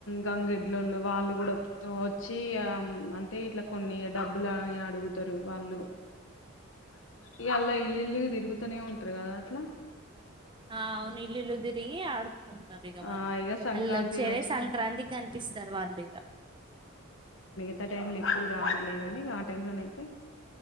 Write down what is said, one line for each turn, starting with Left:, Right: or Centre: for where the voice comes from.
Left: గంగెడ్లళ్ళు వాళ్ళు కూడా వచ్చి ఆమ్.. అంటే ఇట్లా కొన్ని డబ్బులని అడుగుతారు వాళ్ళు ఇ అలా ఇల్లు ఇల్ తిరుగుతనే ఉంటారు కదా అట్లా
Right: ఆ అవును ఇల్లు ఇల్లు తిరిగ్. ఆడుకుంటారు ఇక
Left: ఆ
Right: వాళ్ళు
Left: ఇక సంక్రాంతి
Right: వాళ్ళు వచ్చేదె
Left: రోజే
Right: సంక్రాంతి కనిపిస్తారు వాళ్ళు ఇక
Left: అత్త టైంలో ఎప్పుడు రారు లె గానీ ఆ టైంలోనైతే